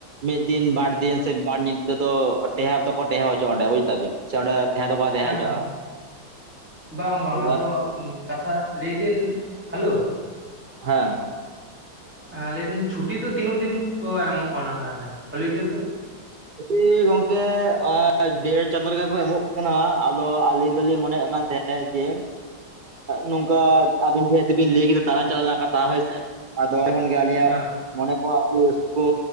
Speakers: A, on the right (about 70°); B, in the centre.
A: ᱢᱤᱫ ᱫᱤᱱ ᱵᱟᱨ ᱫᱤᱱ ᱥᱮ ᱵᱟᱨ ᱧᱤᱫᱟᱹ ᱫᱚ ᱴᱮᱦᱮ ᱫᱚᱠᱚ ᱴᱮᱦᱮ ᱦᱚᱪᱚᱜ-ᱟ ᱚᱸᱰᱮ ᱵᱩᱡ ᱫᱟ ᱵᱤᱱ ᱥᱮ ᱚᱸᱰᱮ ᱛᱟᱦᱮᱸ ᱫᱚᱠᱚ ᱛᱟᱦᱮᱸ
B: ᱦᱮᱸ
A: ᱦᱚᱪᱚᱜᱼᱟ
B: ᱦᱮᱸ ᱵᱟᱝ ᱵᱟᱝ
A: ᱮᱵᱟᱨ
B: ᱟᱫᱚ ᱠᱟᱛᱷᱟ ᱞᱟᱹᱭ ᱫᱤᱱ ᱦᱟᱞᱳ
A: <inaudible>
B: ᱦᱮᱸ ᱞᱟᱹᱭᱫᱟᱹᱧ ᱪᱷᱩᱴᱤ ᱫᱚ ᱛᱤᱱᱟᱹᱜ ᱫᱤᱱ ᱠᱚ ᱮᱢᱚᱜ ᱠᱟᱱᱟ ᱛᱟᱦᱚᱞᱮ ᱦᱚᱞᱤᱰᱮ ᱫᱚ
A: ᱪᱷᱩᱴᱤ ᱜᱚᱝᱠᱮ ᱮᱜ ᱰᱮᱲ ᱪᱟᱸᱫᱳ ᱞᱮᱠᱟ ᱠᱚ ᱮᱢᱚᱜ ᱠᱟᱱᱟ ᱟᱫᱚ ᱟᱹᱞᱤᱧ ᱫᱚᱞᱤᱧ ᱢᱚᱱᱮᱭᱮᱫ ᱠᱟᱱ ᱛᱮ ᱡᱮ ᱱᱚᱝᱠᱟ ᱟᱵᱤᱱ ᱡᱮᱦᱮᱛᱩᱵᱤᱱ ᱞᱟᱹᱭ ᱠᱮᱫᱟ ᱫᱟᱬᱟᱱ ᱪᱟᱞᱟᱣ ᱨᱮᱱᱟᱜ ᱠᱟᱛᱷᱟ ᱦᱳᱭ ᱥᱮ ᱟᱫᱚ ᱛᱚᱠᱷᱚᱱ ᱜᱮ ᱟᱹᱞᱤᱧᱟᱜ
B: ᱦᱮᱸ
A: ᱢᱚᱱᱮ ᱠᱚ ᱟᱹᱰᱤ ᱨᱟᱹᱥᱠᱟᱹ